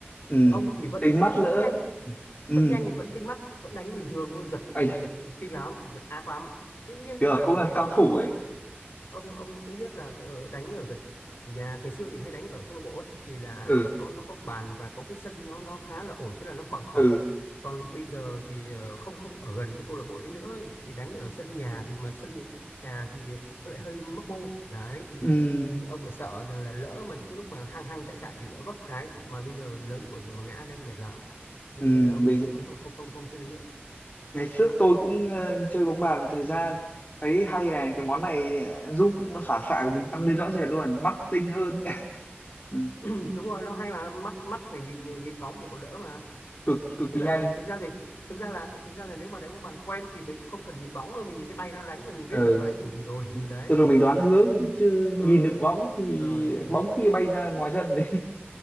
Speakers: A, on the left; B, on the left.
A: ừ
B: ông thì vẫn
A: tính
B: vẫn
A: mắt lỡ
B: vẫn nhanh
A: ừ ừ
B: vẫn nhanh vẫn tinh mắt vẫn đánh bình thường Ôi giật
A: ây da
B: giật kinh lắm giật ác lắm thế nhưng
A: chưa
B: mà
A: cũng
B: bởi
A: là
B: vì là
A: cao
B: ông
A: thủ
B: ông
A: ấy
B: ông ông thứ nhất là ờ, đánh ở gần nhà ngày xưa thì hay đánh ở câu lạc bộ ấy, thì là
A: ừ
B: cái có nó có bàn và có cái sân nó nó khá là ổn tức là nó bằng phẳng
A: ừ
B: còn bây giờ thì ờ, không không ở gần cái câu lạc bộ đấy nữa thì đánh ở sân nhà thì mà sân nhà thì nó lại hơi mấp mô đấy thì,
A: ừ
B: thì ông lại sợ rằng là lỡ mà những cái lúc mà hăng hăng chạy chạy lỡ vấp cái mà bây giờ lớn tuổi rồi mà ngã cái thì mệt lắm thế
A: ừ
B: cho nên là ông
A: bây
B: cũng
A: giờ,
B: không không không, không chơi nữa
A: ngày trước tôi cũng ờ, chơi bóng bàn thời gian thấy hay này cái món này ờ, giúp phản xạ của mình tăng lên rõ rệt luôn mắt tinh hơn
B: Ừ.
A: <laughs> ừ,
B: <clears throat> đúng rồi nó hay mà mắt mắt phải nhìn nhìn bóng để còn đỡ mà
A: cực cực
B: với
A: kỳ
B: lại
A: nhanh
B: là thực ra thì thực ra là thực ra là nếu mà đánh bóng bàn quen thì mình cũng không cần nhìn bóng đâu mình nhìn cái tay nó đánh là mình biết
A: ừ
B: là nó đánh kiểu gì rồi <laughs> đấy
A: tức là mình đoán hướng chứ
B: ừ,
A: nhìn được
B: đúng
A: bóng thì
B: rồi đúng rồi
A: bóng khi bay ra ngoài sân